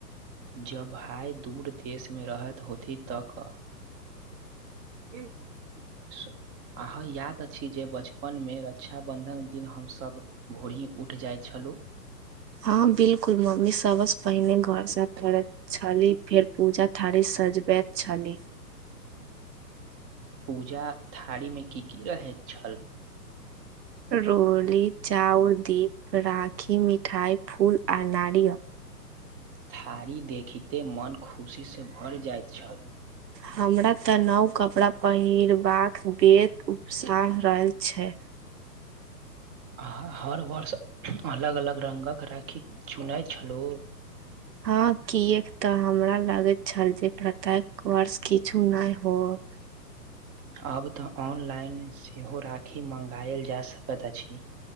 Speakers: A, on the right; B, on the right.
A: जब भाय दूर देशमे रहैत होती तऽ क
B: <inaudible>
A: सु अहाँ याद अछि जे बचपनमे रक्षाबन्धन दिन हमसभ भोरही उठि जाइ छलहुँ।
B: हँ बिलकुल मम्मी सबस पहिने घर साफ करत छली फेर पूजा थारी सजबैत छली।
A: पूजा थारी मे की- की रहैत छल?
B: रोली, चाउर, दीप, राखी, मिठाइ, फूल आर नारियल।
A: थारी देखिते मोन खुशीसँ भरि जाइत छल।
B: हमरा तऽ नव कपड़ा पहिरबाक बेस उत्साह रहल छै।
A: अहाँ हर वर्ष अलग-अलग रंगक राखी चुनैत छलहुँ।
B: ह किएक ते हमरा लागे छल जे प्रत्येक वर्ष किछु नहि होत।
A: आब तऽ ऑनलाइन सेहो राखी मंगायल जा सकैत अछि।